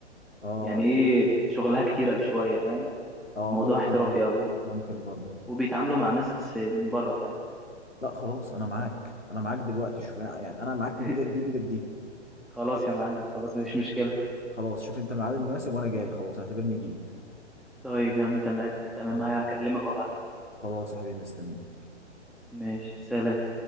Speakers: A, on the left (about 85°); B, in the centre.
A: اه
B: يعني ايه شغلها كتير شويه فاهم
A: اه
B: الموضوع
A: ممكن
B: احترافي
A: برضه
B: قوي
A: ممكن برضه
B: وبيتعاملوا مع ناس من بره فاهم
A: لا خلاص انا معاك انا معاك دلوقتي شوف يعني انا معاك
B: <laughs>
A: من ايدك دي لايدك دي
B: خلاص يا معلم خلاص مفيش مشكله
A: خلاص شوف انت الميعاد المناسب وانا جاي خلاص اعتبرني جيت
B: طيب يا عم تمام تمام
A: يعني
B: هكلمك وابعتلك
A: خلاص يا حبيبي مستنيك
B: ماشي سلام